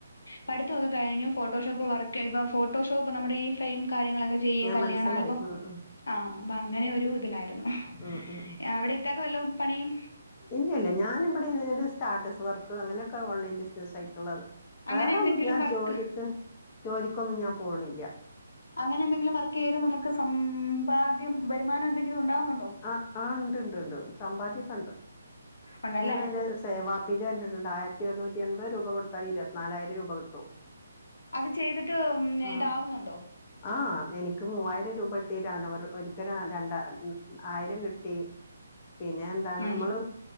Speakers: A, on the left; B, on the left.
A: പഠിത്തൊക്കെ കഴിഞ്ഞു ഫോട്ടോ ഷോപ്പ് വർക്ക് ഇപ്പൊ ഫട്ടോഷോപ്പ് നമ്മുടെ ഈ ഫ്രെയിം കാര്യങ്ങളൊക്കെ ചെയ്യും
B: ഞാൻ
A: കല്യാണ
B: മനസ്സിലായി
A: ആൽബം
B: ഉം ഉം
A: ആഹ് അപ്പൊ അങ്ങനൊരു ഇതിലായിരുന്നു
B: ഉം ഉം
A: അവിടെ ഇത്താക്ക് വല്ലതും പണിയും
B: ഇല്ല ഇല്ല ഞാനിവടെ ഇബടെ സ്റ്റാറ്റസ് വർക്ക് അങ്ങനെയൊക്കെ ഓൺലൈൻ ബിസിനസ് ആയിട്ടുള്ളത് വേറൊന്നും
A: അങ്ങനെ എന്തെങ്കിലും
B: ഞാൻ
A: വർക്ക്
B: ജോലിക്ക് ജോലിക്കൊന്നും ഞാൻ പോണില്ല
A: അങ്ങനെ എന്തെങ്കിലും വർക്കെയ്ത് നമുക്ക് സമ്പാദ്യം വരുമാനം എന്തെങ്കിലും ഉണ്ടാവുന്നുണ്ടോ
B: ആഹ് ആഹ് ണ്ട് ണ്ട് ണ്ട് സമ്പാദ്യൊക്കെണ്ട്
A: ഉണ്ടല്ലേ
B: ഞാനയിന്റെ സേവാപ്പ് <unintelligible> ആയിരത്തി ഒരുന്നൂറ്റി എൻപത് രൂപ കൊടുത്താൽ ഇരുവത്തിനാലായിരം രൂപ കിട്ടും
A: അത് ചെയ്തിട്ട് ഉം
B: ആഹ്
A: ഇതാവുന്നുണ്ടോ
B: ആഹ് എനിക്ക് മൂവായിരം രൂപ കിട്ടിട്ടാണ് ഒർ ഒരിക്കല് രണ്ടാ ആയിരം കിട്ടി പിന്നെ എന്താണ്
A: ഉം
B: അമ്മള്